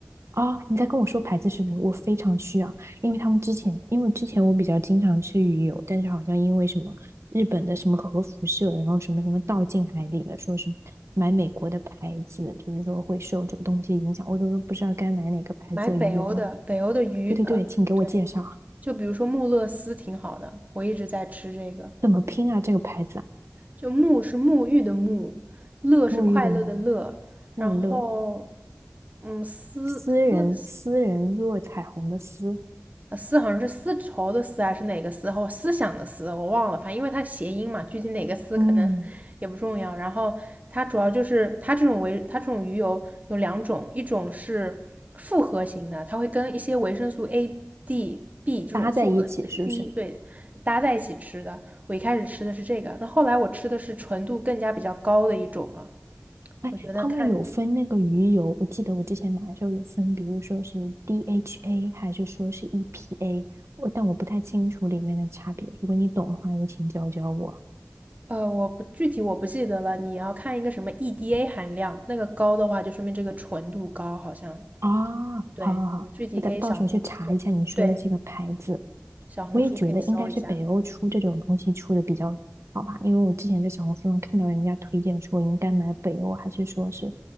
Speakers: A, on the right (about 70°); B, on the right (about 35°).
A: 啊，你在跟我说牌子是不是？我非常需要，因为他们之前，因为之前我比较经常吃鱼油，但是好像因为什么日本的什么核辐射，然后什么什么倒进海里了，说是买美国的牌子，就是说会受这个东西影响，我都都不知道该买哪个牌子的鱼油了。
B: 买北欧的，北欧的鱼，
A: 对对对，
B: 呃，
A: 请给我介绍
B: 对，就比如说穆勒斯挺好的，我一直在吃这个。
A: 怎么拼啊？这个牌子啊，
B: 就沐是沐浴的沐，乐是快乐的乐，
A: 沐浴的沐，
B: 然后
A: 穆勒，
B: 嗯，思思
A: 私人私人若彩虹的私，
B: 呃丝好像是丝绸的丝还是哪个丝，或思想的思，我忘了，反正因为它谐音嘛，具体哪个丝可能
A: 嗯，
B: 也不重要。然后它主要就是它这种维它这种鱼油有两种，一种是复合型的，它会跟一些维生素 A、D、B 这种复合
A: 搭在一起是不是？
B: C 对搭在一起吃的。我一开始吃的是这个，那后来我吃的是纯度更加比较高的一种了。
A: 哎，
B: 我觉得看你。
A: 他们有分那个鱼油，我记得我之前买的时候有分，比如说是 DHA 还是说是 EPA，我但我不太清楚里面的差别。如果你懂的话，也请教教我。
B: 呃，我不具体我不记得了，你要看一个什么 EDA 含量，那个高的话就说明这个纯度高，好像。
A: 啊，
B: 对，
A: 好好好，
B: 你具体可以小红，
A: 我到到时候去查一下你说的这个牌子。
B: 对对，小红书可以搜一下，
A: 我也觉得应该是北欧出这种东西出的比较好吧，因为我之前在小红书上看到人家推荐说应该买北欧，还是说是